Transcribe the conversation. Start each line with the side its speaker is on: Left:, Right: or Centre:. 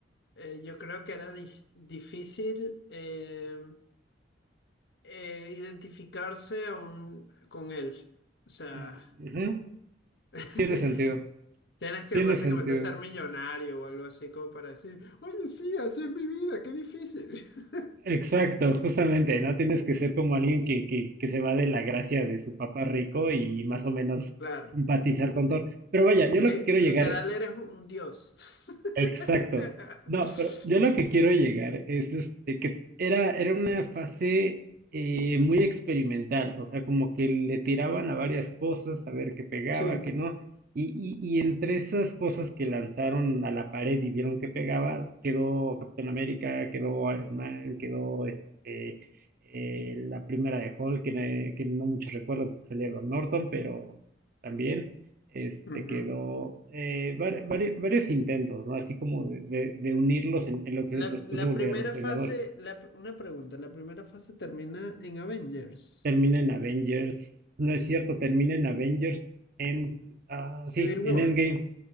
Left: Eh, yo creo que era dis- difícil eh, eh, identificarse aún con él. O sea,
Right: Mm, ujú,
Left: <laughs>
Right: Tiene sentido,
Left: tienes que
Right: tiene
Left: básicamente
Right: sentido.
Left: ser millonario o algo así como para decir, oye, sí, así es mi vida, qué difícil. <laughs>
Right: Exacto, justamente, no tienes que ser como alguien que, que, que se va de la gracia de su papá rico y más o menos
Left: Claro,
Right: empatizar con Thor. Pero vaya, yo
Left: li-
Right: lo que quiero
Left: literal
Right: llegar
Left: eres un dios. <laughs>
Right: Exacto. No, pero yo lo que quiero llegar es este que era, era una fase eh, muy experimental, o sea, como que le tiraban a varias cosas, a ver qué pegaba,
Left: Sí.
Right: qué no, y, y, y entre esas cosas que lanzaron a la pared y vieron que pegaba, quedó Capitán América, quedó Iron Man, quedó este eh, la primera de Hulk, que, ne- que no muchos recuerdan porque salía Edward Norton, pero también este,
Left: ujú.
Right: quedó eh, var- vari- varios intentos, ¿no? Así como de, de- de unirlos en, en lo que
Left: La,
Right: después
Left: la
Right: se volvería
Left: primera
Right: Los Vengadores.
Left: fase, la pr- una pregunta, la primera fase termina en Avengers,
Right: Termina en Avengers, no es cierto, termina en Avengers, en, ah,
Left: Civil
Right: sí,
Left: War.
Right: en Endgame.